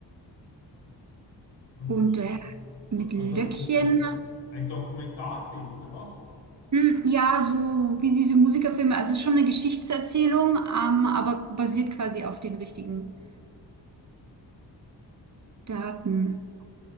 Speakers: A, on the left; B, on the right.
A: und,
B: und
A: und
B: äh, mit
A: also
B: Löckchen.
A: ein, ein ein Dokumentarfilm, oder was?
B: Hm, Ja, so wie diese Musikerfilme, also schon eine Geschichtserzählung, ähm, aber basiert quasi auf den richtigen Daten.